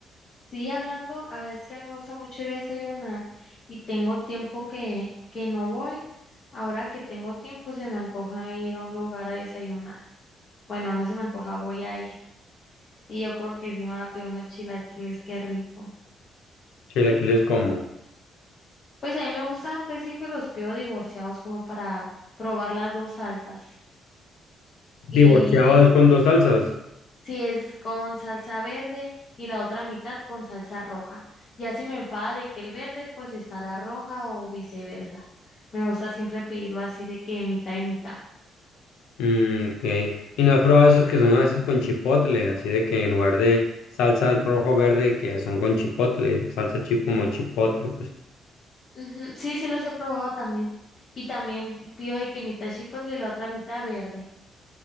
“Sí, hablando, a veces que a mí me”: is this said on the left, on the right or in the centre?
Left